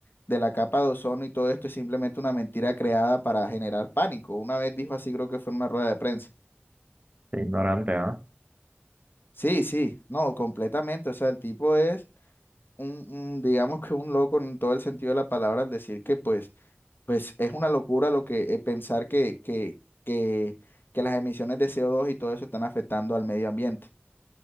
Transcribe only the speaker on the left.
de la capa de ozono y todo esto es simplemente una mentira creada para generar pánico. Una vez dijo así, creo que fue en una rueda de prensa.
Sí, sí, no, completamente. O sea, el tipo es un, un, digamos que un loco en todo el sentido de la palabra al decir que pues Pues es una locura lo que eh, pensar que, que, que, que las emisiones de co dos y todo eso están afectando al medio ambiente.